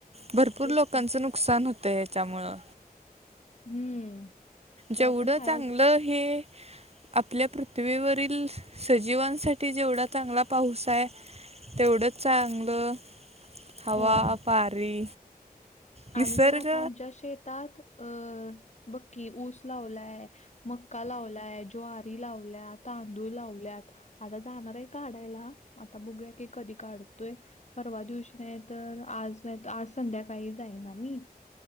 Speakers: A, on the right (about 40°); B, on the left (about 45°).
A: भरपूर
B: तेच
A: लोकांचं
B: की.
A: नुकसान होतं याच्यामुळं
B: हम्म. ते
A: जेवढं
B: पण आहेच.
A: चांगलं हे आपल्या पृथ्वीवरील सजीवांसाठी जेवढा चांगला पाऊस आहे तेवढंच चांगलं हवा
B: होय.
A: पारी
B: आम्ही
A: निसर्ग
B: पण आता आमच्या शेतात अं बघकी ऊस लावलाय मक्का लावलाय, ज्वारी लावल्या, तांदूळ लावल्यात आता जाणार आहे काढायला, आता बघूया की कधी काढतोय परवा दिवशी नाही तर आज नाही तं आज संध्याकाळी जाईना मी.